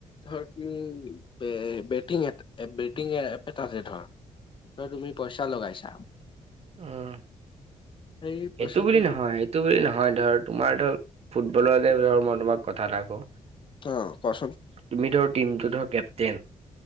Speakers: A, on the left; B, on the right.
A: ধৰ কি বেটিং বেটিং এপ এটা আছে ধৰ তই তুমি পইচা লগাইছা
B: আহ
A: সেই
B: সেইটো
A: পইচাটো
B: বুলি নহয় সেইটো বুলি নহয় ধৰ তোমাৰ ধৰ ফুটবলৰ মই তোমাক কথা এটা ক
A: অ' কোৱাচোন
B: তুমি ধৰ টিমটো ধৰ কেপটেইন